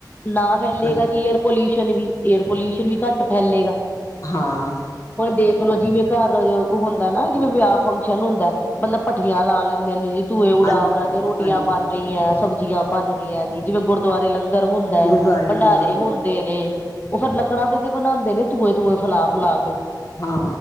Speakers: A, on the left; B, on the left.
A: ਨਾ ਫੈਲੇਗਾ
B: ਹਾਂਜੀ
A: ਜੀ, ਏਅਰ ਪੋਲਿਊਸ਼ਨ ਵੀ ਏਅਰ ਪੋਲਿਊਸ਼ਨ ਵੀ ਘੱਟ ਫੈਲੇਗਾ।
B: ਹਾਂ।
A: ਹੁਣ ਦੇਖ ਲਓ ਜਿਵੇਂ ਘਰ ਉਹ ਹੁੰਦਾ ਨਾ ਜਿਵੇਂ ਵਿਆਹ ਫੰਕਸ਼ਨ ਹੁੰਦਾਂ ਮਤਲਬ ਭੱਠੀਆਂ ਲਾ ਲੈਂਦੇ ਨੇ ਜੀ, ਧੂੰਏ ਉਡਾ-
B: ਹਾਂਜੀ
A: ਉਡਾ
B: ਹਾਂਜੀ
A: ਕੇ ਰੋਟੀਆਂ
B: ਹਾਂਜੀ
A: ਬਣ ਰਹੀਂ ਐ, ਸਬਜ਼ੀਆਂ ਬਣ ਰਹੀਆਂ ਜੀ ਜਿਵੇਂ ਗੁਰਦੁਆਰੇ ਲੰਗਰ ਹੁੰਦਾਂ ਐ,
B: ਗੁਰਦੁਆਰੇ
A: ਭੰਡਾਰੇ
B: ਲੰਗਰ
A: ਹੁੰਦੇ ਨੇਂ। ਉਹ ਫਿਰ ਲੱਕੜਾਂ ਦੇ ਤੇ ਬਣਾਦੇ ਨੇ ਧੂਏਂ- ਧੂਏਂ ਫੈਲਾ -ਫੈਲਾ ਕੇ।
B: ਹਾਂ